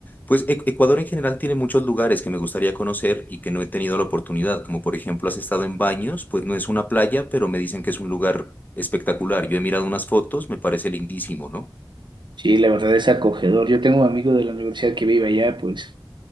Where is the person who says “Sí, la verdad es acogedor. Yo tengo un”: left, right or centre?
Right